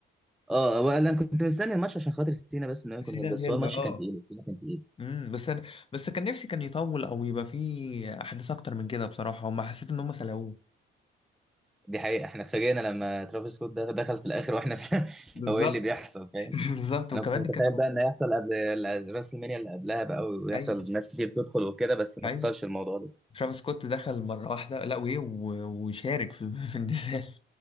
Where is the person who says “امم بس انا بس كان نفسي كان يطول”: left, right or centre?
Left